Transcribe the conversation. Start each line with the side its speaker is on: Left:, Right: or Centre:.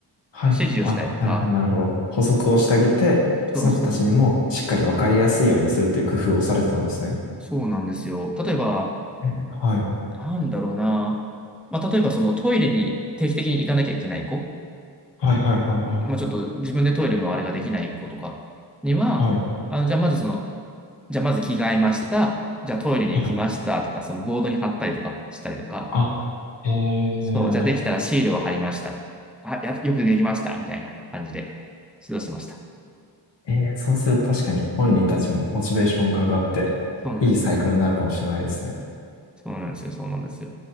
Left: はい。
Centre: 示をしたりとか、
Left: あ、なるほど、なるほど。補足をしてあげて、
Centre: そうそう、
Left: その子たちにもしっかりわかりやすいようにするっていう工夫をされてたんですね。
Centre: そうなんですよ。例えば、
Left: えはい。
Centre: なんだろうな。まあ、例えばそのトイレに定期的に行かなきゃいけない子、
Left: はい、はい、はい、はい。
Centre: まあ、ちょっと自分でトイレのあれができない子とかには、
Left: はい、
Centre: あの、じゃあまずその、じゃあまず着替えました。じゃあトイレに行きましたとか、
Left: はい。
Centre: そのボードに貼ったりとかしたりとか、
Left: あ、えー、
Centre: そう、じゃあできたらシールを貼りましたとか、あ、や、よくできましたみたいな感じで指導してました。
Left: えー、そうすると確かに本人たちもモチベーションが上がって、
Centre: そうなんです。
Left: いいサイクルになるかもしれないですね。
Centre: そうなんですよ。そうなんですよ。